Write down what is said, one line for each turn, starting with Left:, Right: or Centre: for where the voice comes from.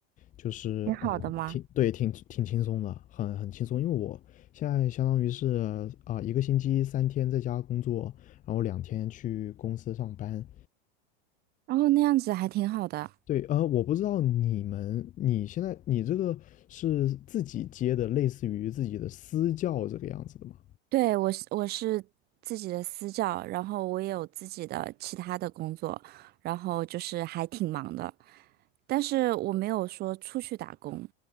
Left: 就是哦，
Right: 挺好的吗？
Left: 挺对，挺挺轻松的，很很轻松。因为我现在相当于是啊、一个星期三天在家工作，然后两天去公司上班。
Right: 然后那样子还挺好的。
Left: 对，呃，我不知道你们，你现在你这个是自己接的，类似于自己的私教这个样子的吗？
Right: 对，我是我是自己的私教，然后我也有自己的其他的工作，然后就是还挺忙的。但是我没有说出去打工，